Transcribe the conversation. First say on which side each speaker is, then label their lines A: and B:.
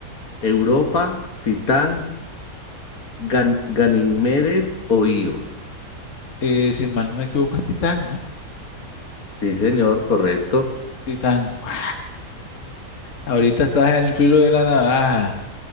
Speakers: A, on the left; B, on the left.
A: ¿Europa, Titán, Gan- Ganímedes o Io?
B: Eh, si mal no me equivoco, es Titán, ¿no?
A: Sí, señor, correcto.
B: Titán. ¡guau! Ahorita estás en el filo de la navaja.